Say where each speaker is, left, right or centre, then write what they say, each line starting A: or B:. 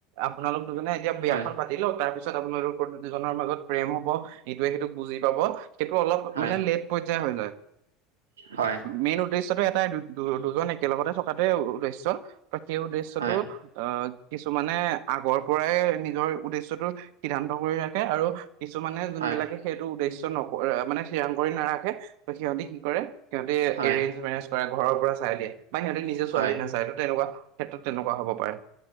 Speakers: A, on the right; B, on the right.
A: আপোনালোক দুজনে এতিয়া বিয়াখন
B: হয়,
A: পাতি লওক, তাৰ পিছত আপোনালোকৰ দুজনৰ মাজত প্ৰেম হব ইটোৱে সিটোক বুজি পাব। সেইটো অলপ
B: হয়,
A: মানে লেট পৰ্যায়ৰ হৈ যায়।
B: হয়,
A: মেইন উদ্দেশ্যটো এটাই, দুজন একেলগতে থকাটোৱে উদ্দেশ্য। ত সেই উদ্দেশ্যটো,
B: হয়,
A: আহ, কিছুমানে আগৰ পৰাই নিজৰ উদ্দেশ্যটো সিদ্ধান্ত কৰি ৰাখে। আৰু কিছুমানে যোনবিলাকে
B: হয়,
A: সেইটো উদ্দেশ্য নক মানে থিৰাং কৰি নাৰাখে, ত সিহঁতে কি কৰে সিহঁতে
B: হয়, হয়,
A: এৰেঞ্জ মেৰেজ কৰে। ঘৰৰ পৰা চাই দিয়ে বা সিহঁতে নি -জে ছোৱালী
B: হয়,
A: নাচায়। ত তেনেকুৱা ক্ষেত্ৰত তেনেকুৱা হ'ব পাৰে।